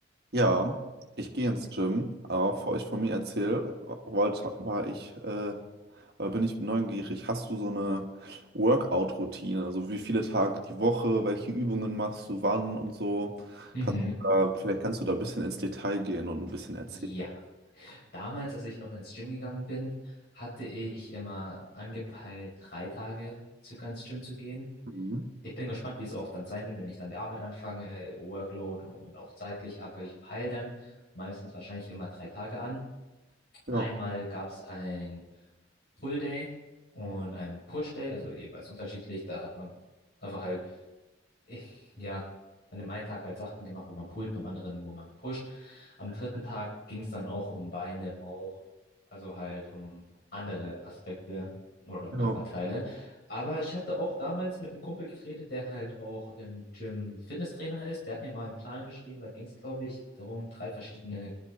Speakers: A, on the right; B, on the left.
A: Ja, ich gehe ins Gym, aber bevor ich von mir erzähle, wollte, war ich, äh, oder bin ich neugierig, hast du so eine Workout-Routine? Also wie viele Tage die Woche, welche Übungen machst du wann und so?
B: Mhm.
A: Kannst, du da- vielleicht kannst du da ein bisschen ins Detail gehen und ein bisschen erzählen.
B: Ja, damals, als ich noch ins Gym gegangen bin, hatte ich immer angepeilt, drei Tage circa ins Gym zu gehen.
A: Mhm.
B: Ich bin gespannt, wie es auch dann sein wird, wenn ich dann die Arbeit anfange, Workload und auch zeitlich, aber ich peile dann meistens wahrscheinlich immer drei Tage an.
A: Ja,
B: Einmal gab es ein Pull Day und ein Push Day, also jeweils unterschiedlich. Da hat man einfach halt ich, ja, an dem einen Tag halt Sachen gemacht, wo man pullt, beim anderen, wo man pusht. Am dritten Tag ging es dann auch um Beine, Bauch, also halt um andere Aspekte oder
A: ja,
B: Körperteile. Aber ich hatte auch damals mit einem Kumpel geredet, der halt auch im Gym Fitnesstrainer ist. Der hat mir mal einen Plan geschrieben. Da ging es, glaube ich, darum, drei verschiedene